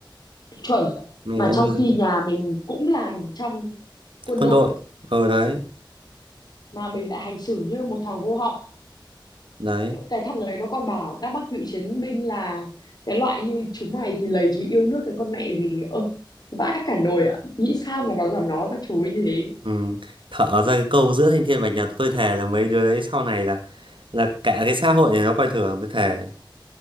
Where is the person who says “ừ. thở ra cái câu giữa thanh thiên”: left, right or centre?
Right